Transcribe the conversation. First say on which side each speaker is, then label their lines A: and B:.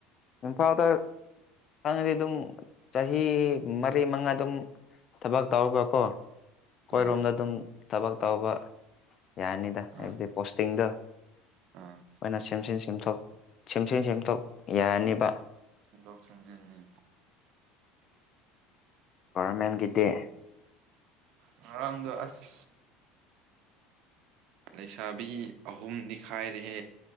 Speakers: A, on the left (about 35°); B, on the right (about 55°).
A: ꯏꯝꯐꯥꯜꯗ ꯆꯪꯉꯗꯤ ꯑꯗꯨꯝ ꯆꯍꯤ ꯃꯔꯤ ꯃꯉꯥ ꯑꯗꯨꯝ ꯊꯕꯛ ꯇꯧꯔꯒ ꯀꯣ ꯑꯩꯈꯣꯏꯔꯣꯝꯗ
B: ꯎꯝ
A: ꯑꯗꯨꯝ ꯊꯕꯛ ꯇꯧꯕ ꯌꯥꯅꯤꯗ ꯍꯥꯏꯕꯗꯤ
B: ꯑꯥ
A: ꯄꯣꯁꯇꯤꯡꯗ
B: ꯑꯥ
A: ꯈꯣꯏꯅ ꯁꯦꯝꯖꯤꯟ ꯁꯦꯝꯊꯣꯛ ꯁꯦꯝꯖꯤꯟ ꯁꯦꯝꯗꯣꯛ ꯌꯥꯔꯅꯤꯅꯕ
B: ꯗꯣꯛ ꯁꯦꯃꯖꯤꯟ
A: ꯒꯣꯔꯃꯦꯟꯒꯤꯗꯤ
B: ꯉꯔꯥꯡꯗꯣ ꯑꯁ ꯂꯩꯩꯁꯥꯕꯤ ꯑꯍꯨꯝ ꯅꯤ ꯈꯥꯏꯔꯦ